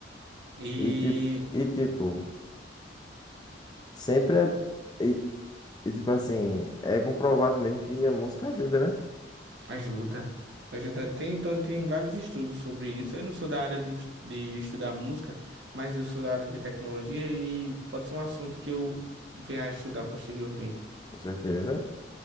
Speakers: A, on the right; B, on the left.
A: E
B: E tipo, e tipo, sempre é. E, e tipo assim, é comprovado mesmo que a música ajuda, né?
A: ajuda. Ajuda. Tem, então, tem vários estudos sobre isso. Eu não sou da área de, es- de estudar música, mas eu sou da área de tecnologia e pode ser um assunto que eu venha a estudar posteriormente.
B: Com certeza.